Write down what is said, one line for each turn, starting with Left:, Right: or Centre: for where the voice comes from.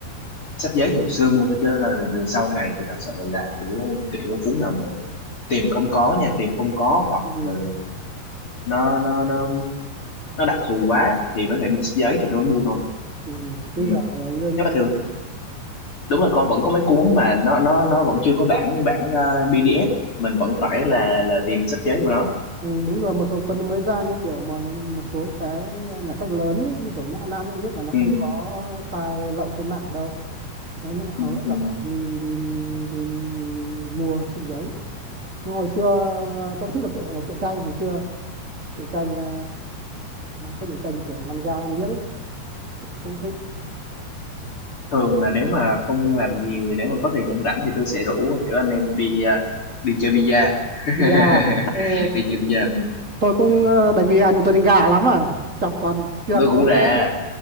Left: sách giấy thì hồi xưa mua thôi chứ là sau này thì thật sự là kiểu kiểu cuốn nào mà tìm không có nha tìm không có hoặc
Right: ừ.
Left: là nó nó nó nó đặc thù quá thì mới phải mua sách giấy thì tôi mới mua thôi
Right: Ừ. Bây
Left: ừ.
Right: giờ lên
Left: nhưng mà thường đúng là con vẫn có mấy cuốn mà nó nó nó vẫn chưa có bản bản ờ, PDF mình vẫn phải là là tìm sách giấy của nó
Right: Ừ, đúng rồi một số cuốn mới ra như kiểu mà một, một số cái nhà sách lớn ấy, như kiểu Nhã Nam Nhã Nhất là nó
Left: ừ.
Right: không có file lậu trên mạng đâu đấy là
Left: ừ,
Right: hầu hết
Left: ừ.
Right: là phải đi đi đi mua sách giấy Nhưng hồi xưa à, tôi thích đọc truyện đọc truyện tranh hồi xưa truyện tranh à, các truyện tranh kiểu manga manga ấy cũng thích
Left: thường là nếu mà không làm gì thì nếu mà có thời gian rảnh thì tôi sẽ rủ kiểu anh em đi à, đi chơi bida <laughs>
Right: bia ồ
Left: đi chơi bida Ừ,
Right: tôi cũng à, đánh bia nhưng tôi đánh gà lắm à chọc toàn trượt
Left: tôi cũng
Right: thôi
Left: ra